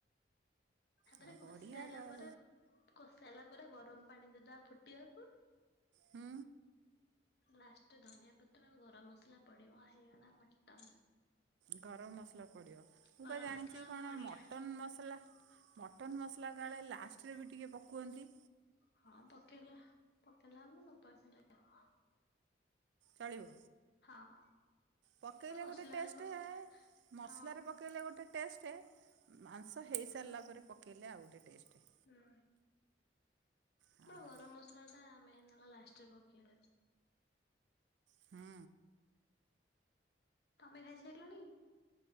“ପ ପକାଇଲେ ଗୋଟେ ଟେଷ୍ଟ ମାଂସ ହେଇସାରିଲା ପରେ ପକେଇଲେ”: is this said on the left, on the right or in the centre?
Right